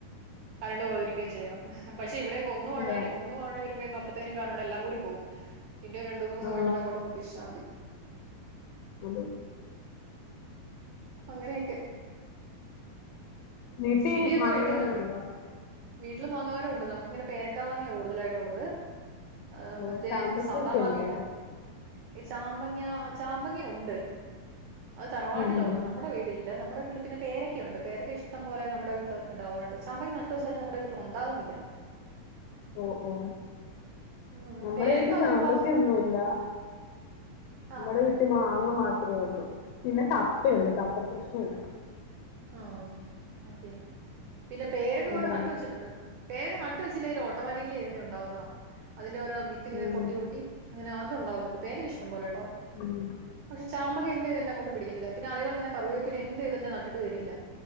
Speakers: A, on the right; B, on the left.
A: കരണ്ട് പോതിരിക്കുകയും ചെയ്യണം. പക്ഷെ ഇവിടെയൊക്ക ഒന്ന് വ മഴണ്ട
B: അതാ
A: ഒന്ന് മഴവരുമ്പത്തേന്ന് അപ്പത്തേനും കരണ്ട് എല്ലാം കൂടി പോകും പിന്നെ രണ്ടു മൂന്ന് ദിവസം
B: ആ
A: കഴിഞ്ഞിട്ട് അങ്ങോട്ട് പ്രതീക്ഷാ മതി.
B: അതെ
A: അങ്ങനെയൊക്കെ.
B: വീട്ടിൽ
A: ഇടിയൊക്കെ
B: മാങ്ങമരം
A: വെട്ടുന്നുണ്ട്.
B: ഉണ്ടോ
A: വീട്ടിൽ മാങ്ങാമരവും ഉണ്ട് നമുക്ക്ങ്ങന പേരക്കാ മാങ്ങയാ കൂടുതലായിട്ടുള്ളത്. ആഹ്
B: ഓ
A: മറ്റേ
B: ചാമ്പക്കൊക്കെ
A: സാദാ മാങ്ങയണ്ട്
B: ഉണ്ടോ
A: ഈ ചാമ്പങ്ങ ചാമ്പങ്ങ ഉണ്ട്. അത് തറവാട്ടിലോള്ള.
B: ഉം
A: നമ്മുടെ വീട്ടിലില്ല. നമ്മുടെ വീട്ടില്ന്ന പേരക്കണ്ട്. പേരക്കെ ഇഷ്ടം പോലെ നമ്മ വീട്ടിൽ ഉണ്ടാവറണ്ട്. ചാമ്പ <unintelligible> നമ്മുടെ വീട്ടിൽ ഉണ്ടാവുന്നില്ല
B: ഓഹ് ഓഹ്
A: ഉം
B: നമ്മുടെ
A: പേരക്ക
B: വീട്ടിൽ
A: അതിനുമ്പോ
B: ചാമ്പക്കൊന്നുംല്ല.
A: ആ
B: നമ്മടെ വീട്ടിൽ. മാങ്ങ മാത്രമേ ഒള്ളു. പിന്നെ കപ്പയുണ്ട് കപ്പ കൃഷിയുണ്ട്.
A: ആഹ് ഓക്കെ. പിന്നെ പേരക്കെ കുറെ
B: അതാണ്
A: നട്ട് വെച്ചിട്ടുണ്ട്. പേരക്കനട്ട വെച്ചില്ലേൽ ഓട്ടോമാറ്റിക്കലി ഇങ്ങെ ഉണ്ടാവുന്നതാ അതിന്റെ ഓരോ വിത്തി ഇങ്ങെ
B: ഉം
A: പൊട്ടി പൊട്ടിങ്ങനെ അതുണ്ടാവുന്നുണ്ട്.. പേരക്കഇഷ്ടം പോലെ ഉണ്ടാവു
B: ഉം
A: പക്ഷെ ചാമ്പക എന്ത് ചെയ്തി അങ്ങോട്ട് പിടിക്കുന്നില്ല. പിന്നെ അതപോലെ തന്നെ കറിവേപ്പിൽ എന്ത് തിട്ട് നട്ടിട്ട് വരില്ല.